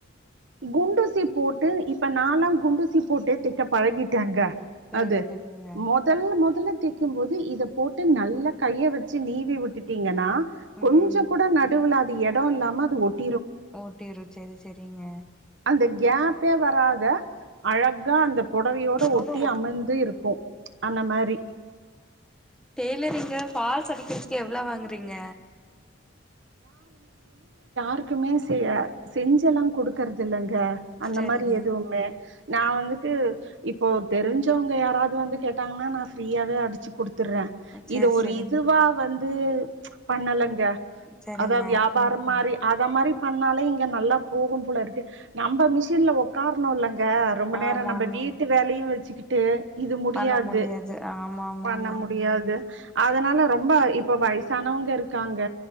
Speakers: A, on the right; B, in the centre.
A: குண்டுசி போட்டு இப்ப நாளா குண்டுசி போட்டே தெக்க பழகிடேங்க
B: சரி
A: அது
B: சரிங்க
A: மொதல்ல மொதல திக்கிம் போது இத போட் டு நல்லா கைய வச்சு நீவி விட்டுட்டீங்கனா
B: ம்
A: கொஞ்ச கூட நடுவுலாத் தி எடொம்ல்லாம அது ஒட்
B: ஓட்டிரு செரி செரிங்க
A: அந்த கேப்பே வராத அழகா அந்த புடவையோட
B: இதோட
A: ஒட்டி
B: ஒட்டிடும்.
A: அமைந்து இருக்கு ம்ச் அந்த மாரி
B: இல்ல நீங்க பால்ஸ் அடிக்கறதுக்கு எவ்ளோ வாங்குறீங்க
A: இருக்குமே செய்ய செஞ்செல்லா குடுக்கறது இல்லங்க அந்த
B: சரிங்க
A: மாரி எதுவு இல்ல நா வந்து இப்போ தெரிஞ்சவங்க யாராவது வந்து கேட்டாங்கன்னா நா ஃப்ரியாவே அடிச்சி குடுத் துறே
B: சரி
A: இத ஒரு
B: சரிங்க
A: இதுவா வந்து பண்ணல யா
B: செரிங்க
A: அதா வியாபாரோ மாறி அத மாரி பண்ணாலே இங்க நல்லா போகும் போல இருக்கு நம்ப மிஷின்ல ஒக்கார்ணு இல்லங் க ரொம்ப
B: ஆமா
A: நேரோ நம்ப
B: ஆமா
A: வீட்டு வேலையு வச்சு ட்டு இது முடியாது
B: பண்ண ஆமா ஆமாங்க
A: பண்ண முடியாது அதனால ரொம்ப இப்ப வயசானவங்க இருக்காங்க